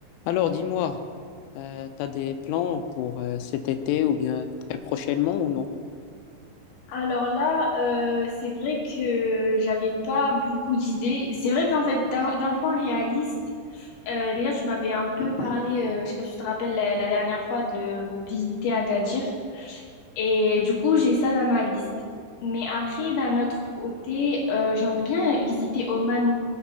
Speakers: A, on the left; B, on the left.
A: Alors, dis-moi, euh, t'as des plans pour euh, cet été ou bien très prochainement ou non?
B: Alors là, euh, c'est vrai que j'avais pas beaucoup d'idées. C'est vrai qu'en fait, d'un d'un point réaliste, euh, déjà tu m'avais un peu parlé, euh, je sais pas si tu te rappelles la, la dernière fois de euh, visiter Agadir. Et du coup, j'ai ça dans ma liste. Mais après, d'un autre côté, euh, j'aimerais bien visiter Oman.